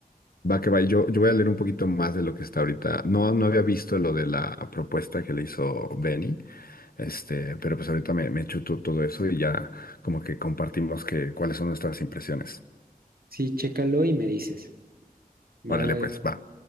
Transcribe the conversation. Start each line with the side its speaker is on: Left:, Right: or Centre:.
Left: Va que va, y yo, yo voy a leer un poquito más de lo que está ahorita. No, no había visto lo de la propuesta que le hizo Benny, este, pero pues ahorita me, me chuto todo eso y ya como que compartimos que, cuáles son nuestras impresiones.
Right: Sí, chécalo y me dices. Bye.
Left: Órale, pues, va.